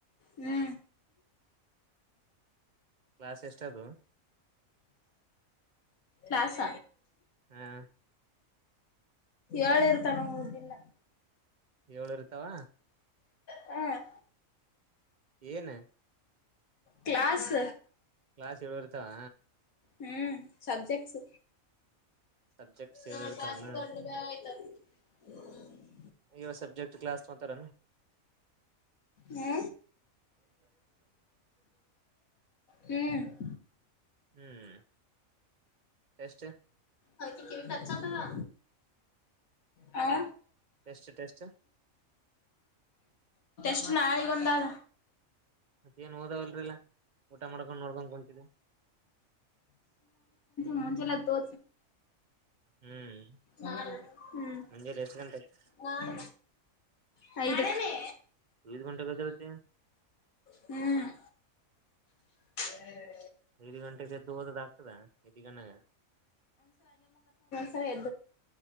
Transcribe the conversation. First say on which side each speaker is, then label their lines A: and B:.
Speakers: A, on the left; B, on the right.
A: ಹೂ
B: ಕಾಸ ಎಷ್ಟದು
A: ನಾಸ
B: ಹಾ
A: ಏಳು ಇರ್ತಾನ ಹ ದನ್ನ
B: ಏಳು ಇರ್ತಾವ
A: ಹ್ಮ್
B: ಏನ
A: ಕ್ಲಾಸ್
B: ಕ್ಲಾಸ್ ಎಏಳ್ವರು ತಾವ
A: ಹ್ಮ್ ಸಬ್ಜೆಕ್ಟ್ಸ್
B: ಸಬ್ಜೆಕ್ಟ್ಸ್ ಏಳು
A: ನ
B: ಇರ್ತಾವನ
A: ಕಾಸಿ ತ ಬ ಆಯ್ತಾರೆ ಹ
B: ಇ ಸಬ್ಜೆಕ್ಟ್ ಕ್ಲಾಸ್ ಮಾಡತಾರ
A: ಹಾ ಹ್ಮ
B: ಹ್ಮ್ ಎಟಷ್ಟ
A: ಹ ಪಚ್ಚಾತ್ತದಾ ಹ
B: ಟೆಸ್ಟ್ ಟೆಸ್ಟ್
A: ಷ್ಟು ನಾಳಗ ಒಂದಾದ
B: ಮತ್ತೇಏನ್ ಓದಾವಲ್ರಿಲ್ಲಾ ಊಟ ಮರಕ ನೋರಕ ಕಚ
A: ಮಂಜೆಲ್ಲ ದೋ
B: ಹ್ಮ್
A: ನಾನು ಹ್ಮ್
B: ಮುಂಜೆಲಿ ಎಷ್ಟ್ ಗಂಟೆಗೆ
A: ನಾನ ಹ ಇೇ
B: ಐದು್ ಗಂಟೆಗೆ ಗದಳತ್ತ
A: ಹ್ಮ್ ಹ್ಮ
B: ಐದು ಗಂಟೆಗೆ ದ್ದು ೋದದ ಆಗ್ತದ ನಿಗನಾಗ
A: ಸರಿ ಎ